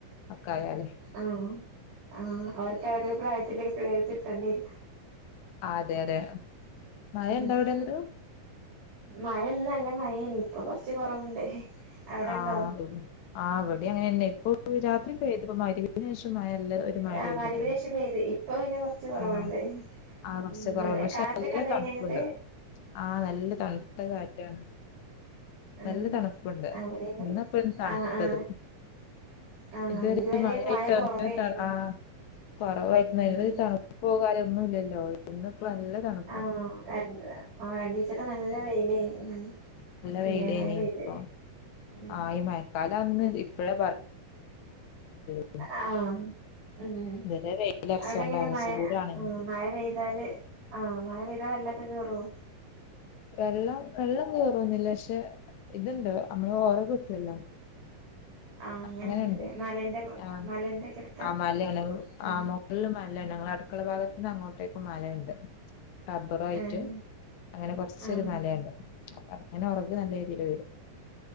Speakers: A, on the left; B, on the right.
A: ഒക്ക ആയാലേ
B: ആഹ് ആഹ് അവർക്ക് അവരുടെ പ്രായത്തില് കുട്ടികളെയൊക്കെ കിട്ടേണ്ടി വരും
A: അതെ അതെ മഴ
B: ഉം
A: ഉണ്ടോ അവിടെ അന്നേരം
B: മഴ ഇന്ന് നല്ല മഴേനി ഇപ്പൊ കൊറച്ച് കൊറവുണ്ട് അവിടെണ്ടോ
A: ആഹ് ആഹ് അവിടെ അങ്ങനന്നെ ഇപ്പൊ രാത്രി പെയ്തിപ്പോ മഗ്‌രിബിന് ശേഷം മഴ നല്ല ഒരു മഴ
B: ആഹ്
A: പെയ്തിട്ടുണ്ട്
B: മഗ്രിബിന് ശേഷം പെയ്തു ഇപ്പൊ പിന്നെ കൊറച്ച് കുറവുണ്ട്
A: ആ
B: ഉം
A: ആ കുറച്ച്
B: ഇന്നലെ
A: കുറവുണ്ട് പക്ഷെ
B: കാറ്റൊക്കെ
A: നല്ല
B: ഇണ്ടായിനി
A: തണുപ്പുണ്ട്
B: അങ്ങട്ട്
A: ആ നല്ല തണുത്ത കാറ്റാണ്.
B: ആ
A: നല്ല തണുപ്പുണ്ട്
B: അവിടെ ഇണ്ടായിനി
A: ഇന്നപ്പൻ തണ്ത്തത്.
B: ആ ആ ആ
A: <unintelligible>
B: ഇതുവരെ മഴ കൊറവേനില്ലോ
A: ആഹ് കൊറവായിരുന്നു
B: ഉം
A: <unintelligible> തണുപ്പ് കര്യോ ഒന്നും ഇല്ലല്ലോ ഇന്ന് ഇപ്പ നല്ല തണു
B: ആ രണ്ട് ആ രണ്ടിസൊക്കെ നല്ല വെയിലെനീ ഉം. പിന്നെ
A: വെയിലെനി
B: മഴ പെയ്ത്
A: ഇപ്പോ
B: ഉം
A: ആയി മഴക്കാല അന്ന് ഇപ്പഴേ <unintelligible>
B: അ ആം ഉം
A: ഇതുവരെ വെയിലറച്ചോണ്ടാണ്
B: അവിടെ എങ്ങനെ മഴ?
A: ചൂടാണ്
B: ആഹ് മഴ പെയ്താല് ആഹ് മഴ പെയ്താൽ വെല്ലക്കെ കേറോ?
A: വെള്ളം വെള്ളം കേറൊന്നില്ല പക്ഷെ ഇതുണ്ട് നമ്മള് ഒറകെട്ടല്ലോ.
B: ആഹ്
A: അങ്ങനെണ്ട്
B: അങ്ങനെണ്ട്ല്ലേ മലന്റെ
A: ആ
B: മലന്റെ
A: <unintelligible>
B: ഒക്കെ എടുത്താ ഉം
A: ആ മൊ ള്ളും മലേന് ഞങ്ങളെ അടുക്കള ഭാഗത്ത് നിന്ന് അങ്ങോട്ടേക്കും മലണ്ട്. റബ്ബറായിട്ട്
B: ആഹ്
A: അങ്ങനെ കൊർച്ചൊരു
B: ആഹ്
A: മലയുണ്ട് അപ്പൊ അങ്ങനെ ഒറക് നല്ല രീതിൽ വരും.